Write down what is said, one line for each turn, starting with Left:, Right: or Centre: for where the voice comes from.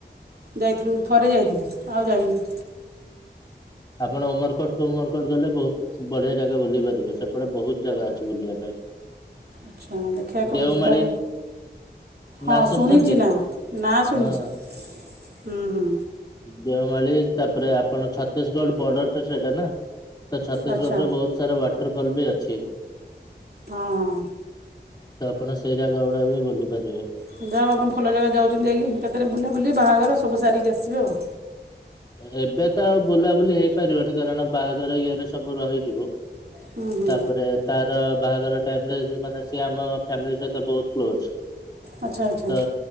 Right: ଯାଇଥିଲୁ ଥରେ ଯାଇଥିଲି ଆଉ ଯାଇନୁ।
Left: ଆପଣ ଉମରକୋଟ ଫୁମରକୋଟ ଗଲେ ବହୁତ ବଢିଆ ଜାଗା ବୁଲି ପାରିବେ ସେପଟେ ବହୁତ ଜାଗା ଅଛି ବୁଲିବା ପାଇଁ।
Right: ଆଚ୍ଛା ଦେଖିବା କେବେ
Left: ଦେଓମାଳି
Right: ଯିବା ହଁ
Left: ନା ଶୁଣିଛନ୍ତି
Right: ଶୁଣିଛି ନା ନା ଶୁଣିଛି
Left: ହଁ।
Right: ହୁଁ ହୁଁ।
Left: ଦେଓମାଳି ତାପରେ ଆପଣ ଛତିଶଗଡ ବର୍ଡର ଟା ସେଇଟା ନା। ତ ଛତିଶଗଡ଼ରେ
Right: ଆଚ୍ଛା
Left: ବହୁତ ସାରା ୱାଟରଫଲ ବି ଅଛି।
Right: ହଁ ହଁ।
Left: ତ ଆପଣ ସେଇ ଜାଗା ଗୁଡାକ ବି ବୁଲି ପାରିବେ।
Right: ଯାହାଉ ଆପଣ ଭଲ ଜାଗା ଯାଉଛନ୍ତି ଯାଇକିରି ଏକାଥରେ ବୁଲାବୁଲି ବାହାଘର ସବୁ ସାରିକି ଆସିବେ ଆଉ।
Left: ଏବେ ତ ଆଉ ବୁଲାବୁଲି ହେଇପାରିବନି କାରଣ ବାହାଘର ଇଏରେ ସବୁ ରହିଯିବ।
Right: ହୁଁ ହୁଁ
Left: ତାପରେ ତାର ବାହାଘର ଟାଇମରେ ମାନେ ସିଏ ଆମ ଫ୍ୟାମିଲି ସହିତ ବହୁତ କ୍ଲୋଜ।
Right: ଆଚ୍ଛା ଆଚ୍ଛା
Left: ତ